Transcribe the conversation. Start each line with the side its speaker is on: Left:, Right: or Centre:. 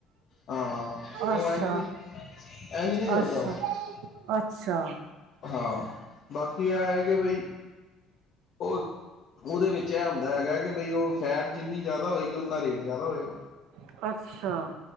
Left: ਹਾਂ
Right: ਅੱਛਾ ਅੱਛਾ
Left: ਉਹ ਇੰਝ ਨੀ ਇੰਝ ਨਹੀਂ ਕਰਦਾ
Right: ਅੱਛਾ
Left: ਉਹ
Right: ਅੱਛਾ
Left: ਹਾਂ ਬਾਕੀ ਆ ਹੈ ਕਿ ਬਈ ਉਹ ਉਹਦੇ ਵਿੱਚ ਇਹ ਹੁੰਦਾ ਹੈਗਾ ਕਿ ਬਈ ਉਹ ਫੈਟ ਜਿੰਨੀ ਜ਼ਿਆਦਾ ਹੋਏਗੀ ਉਨਾ ਰੇਟ ਜ਼ਿਆਦਾ ਹੋਏਗਾ।
Right: ਅੱਛਾ ਅੱਛਾ